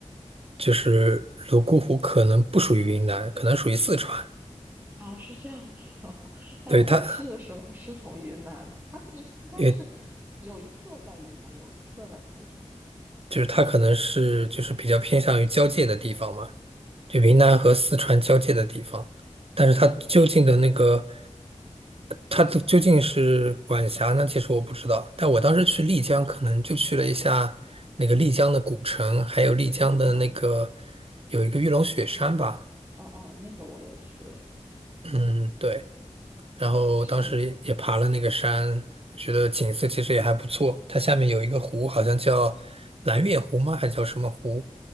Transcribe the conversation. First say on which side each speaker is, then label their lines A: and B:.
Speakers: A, on the right (about 50°); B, on the right (about 20°).
A: 就是泸沽湖可能不属于云南，可能属于四川。
B: 哦，是这样子啊。<laughs> 但我去的时候是从云南，
A: 对它，
B: 它应应该是
A: 也
B: 有一侧在云南，有一侧在四川吧
A: 就是它可能是就是比较偏向于交界的地方嘛，就云南和四川交界的地方。
B: 对对
A: 但是它究竟的那个，
B: 对，之类的。
A: 它的究竟是管辖呢？其实我不知道。但我当时去丽江，可能就去了一下那个丽江的古城，还有丽江的那个
B: 嗯嗯，
A: 有一个玉龙雪山吧。
B: 哦哦，那个我也去了。
A: 嗯，对。然后当时也也爬了那个山，
B: 是，
A: 觉得景色其实也还不错。它下面有一个湖，好像叫蓝月湖吗？还叫什么湖？